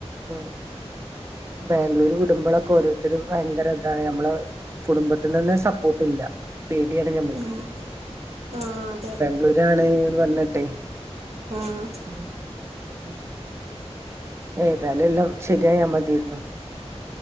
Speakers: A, on the right (about 25°); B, on the right (about 70°).
A: ആ ബാംഗ്ലൂര് വിടുമ്പോളൊക്കെ ഓരോരുത്തരും ഭയങ്കരതാണ് നമ്മളെ കുടുംബത്തിതന്നെ സപ്പോർട്ട്ല്ല പേടിയാണ് ഞമ്മുക്ക്
B: ഉം ആഹ് അതെ അതെ
A: ബാംഗ്ലൂരാണ്ന്ന് പറഞ്ഞ്ട്ടെ
B: ആഹ്
A: ഉം ഉം എതാലും എല്ലാം ശരിയായാമതിരുന്നു